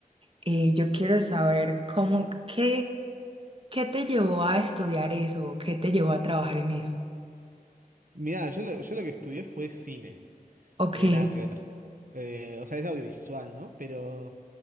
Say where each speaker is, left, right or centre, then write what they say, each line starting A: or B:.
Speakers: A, on the right (about 40°); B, on the right (about 65°).
A: Eh, yo quiero saber cómo, qué, qué te llevó a estudiar eso, qué te llevó a trabajar en eso.
B: Mirá, yo lo, yo lo que estudié fue cine,
A: Ok,
B: eh, nada que ver. Eh, o sea, es audiovisual, ¿no? Pero